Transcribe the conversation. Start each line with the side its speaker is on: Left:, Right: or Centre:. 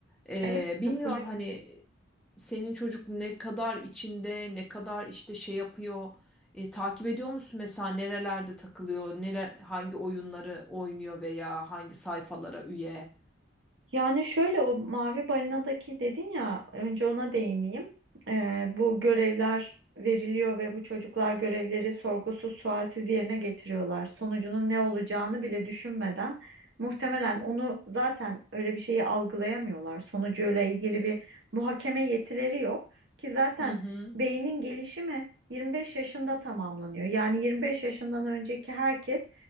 Centre: Ee,
Right: Evet,
Centre: bilmiyorum
Right: katılıyorum.
Centre: hani senin çocuk ne kadar içinde, ne kadar işte şey yapıyor. e, takip ediyor musun mesela nerelerde takılıyor, neler, hangi oyunları oynuyor veya hangi sayfalara üye?
Right: Yani şöyle o mavi balinadaki dedin ya önce ona değineyim. Ee, bu görevler veriliyor ve bu çocuklar görevleri sorgusuz sualsiz yerine getiriyorlar. Sonucunun ne olacağını bile düşünmeden muhtemelen onu zaten öyle bir şeyi algılayamıyorlar. Sonucuyla ilgili bir muhakeme yetileri yok ki zaten
Centre: Hı hı.
Right: beynin gelişimi 25 yaşında tamamlanıyor. Yani 25 yaşından önceki herkes